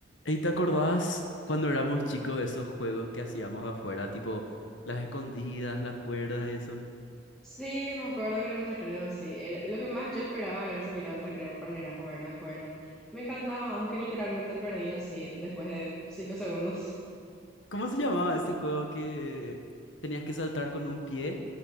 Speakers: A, on the left; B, in the centre.
A: ¿Y te acordás cuando éramos chicos de esos juegos que hacíamos afuera, tipo las escondidas, las cuerdas y eso?
B: Sí, me acuerdo que era el recreo, sí. Era- Lo que más yo esperaba era salir al recreo para ir a jugar la cuerda. Me encantaba, aunque literalmente perdía así después de cinco segundos.
A: ¿Cómo se llamaba ese juego que tenías que saltar con un pie?